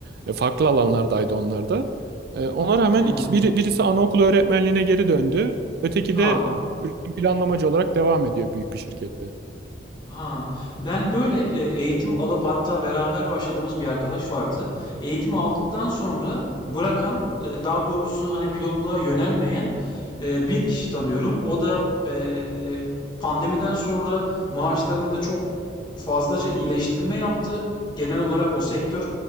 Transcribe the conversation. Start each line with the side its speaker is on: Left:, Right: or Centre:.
Right: E, farklı alanlardaydı onlar da. E, ona rağmen
Left: hmm.
Right: iki- biri, birisi anaokulu öğretmenliğine geri döndü. Öteki
Left: Aa,
Right: de e, üretim planlamacı olarak devam ediyor büyük bir şirkette.
Left: Ha, ben böyle e, eğitim alıp hatta beraber başladığımız bir arkadaş vardı. Eğitim aldıktan sonra bırakan, e, daha doğrusu hani pilotluğa yönelmeyen Eee, bir kişi tanıyorum. O da eee, pandemiden sonra maaşlarında çok fazlaca iyileştirme yaptı. Genel olarak o sektör.